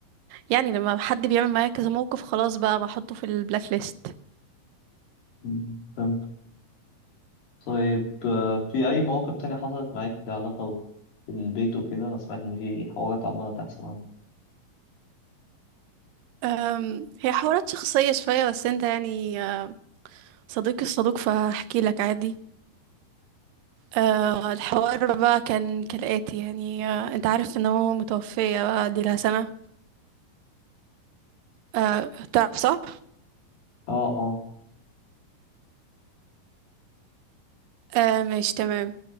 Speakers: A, on the right (about 80°); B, on the left (about 75°).
A: يعني لما حد بيعمل معايا كذا موقف خلاص بقى بحطه في البلاك ليست
B: م- فهمت طيب آه، في اي مواقف تانية حصلت معاك لها علاقة بالبيت وكده انا سمعت ان في حوارات عمالة تحصل عنه
A: أم، هي حوارات شخصيه شويه بس انت يعني أم، صديقي الصدوق فاحكي لك عادي أه، الحوار بقى كان كالاتي يعني أه، انت عارف ان ماما متوفيه بقى دي لها سنه أه، تعرف صح
B: اه اه
A: أه، ماشي تمام